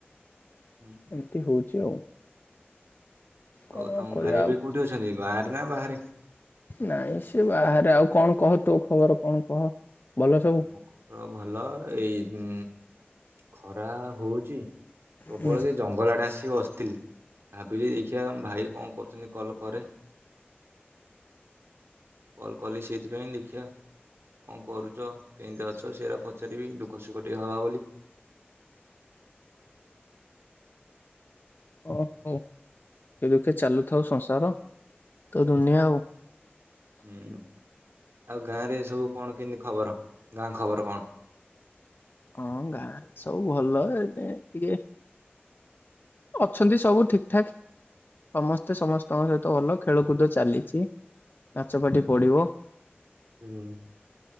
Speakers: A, on the right; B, on the left.
A: ହୁଁ।
B: ଏମିତି ହୋଉଚି ଆଉ। କଣ
A: ଆଉ ତମ
B: କରିବା
A: ଭାଇ ଏବେ
B: ଆଉ
A: କୋଉଠି ଅଛନ୍ତି ଗାଁ ରେ ନା ବାହାରେ?
B: ନାଇଁ ସେ ବାହାରେ ଆଉ କଣ କହ ତୋ ଖବର କଣ କହ? ଭଲ ସବୁ
A: ମୋର ଭଲଏଇ ଉଁ ଖରା ହୋଉଚି। ପ୍ରବଳ
B: ହୁଁ
A: ଯେ ଜଙ୍ଗଲ ଆଡେ ଆସି ବସିଥିଲି ଭାବିଲି ସେ ଆମ ଭାଇ କଣ କରୁଚନ୍ତି କଲ୍ କରେ। କଲ୍ କଲି ସେଇଥିପାଇଁ ଦେଖିଆ କଣ କରୁଚ? କେମିତି ଅଛ ସେଇଟା ପଚାରିବି ଦୁଃଖ ସୁଖ ଟିକେ ହବା ବୋଲି।
B: ଓ ହୋ ସୁଖେ ଦୁଃଖେ ଚାଲୁଥାଉ ସଂସାର ତ ଦୁନିଆ ଆଉ
A: ହୁଁ ଆଉ ଗାଁ ରେ ସବୁ କଣ କେମିତି ଖବର ଗାଁ ଖବର କଣ?
B: ହଁ ଗାଁ ରେ ସବୁ ଭଲ ଏଇନେ ଟିକେ ଅଛନ୍ତି ସବୁ ଠିକ ଠାକ ସମସ୍ତେ ସମସ୍ତଙ୍କ ସହିତ ଭଲ ଖେଳକୁଦ ଚାଲିଚି। ନାଚ ପାଟି
A: ହୁଁ
B: ପଡିବ
A: ହୁଁ।